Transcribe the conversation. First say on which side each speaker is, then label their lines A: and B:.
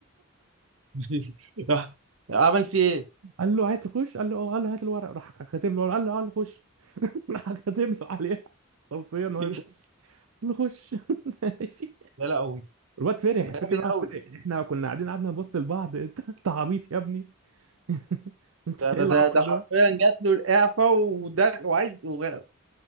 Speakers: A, on the right (about 70°); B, on the right (about 85°).
A: لي. راح عمل فيه
B: قال له عايز تخش قال له اه قال له هات الورق راح كاتب له قال له قال له آه، خش <laughs> راح كاتب له عليها توصيه ان هو
A: ايه
B: يخش قال له خش <laughs> ماشي
A: <laughs> ده لا قوي
B: الواد فرح
A: ده
B: الفكره
A: غبي
B: إن الواد
A: قوي
B: فرح احنا كنا قاعدين قعدنا نبص لبعض <laughs> انت انت عبيط يا ابني <laughs> انت
A: ده ده
B: ايه العبط
A: ده, ده
B: ده
A: حرفيا جات له الإعفاء وده وعايز وغ-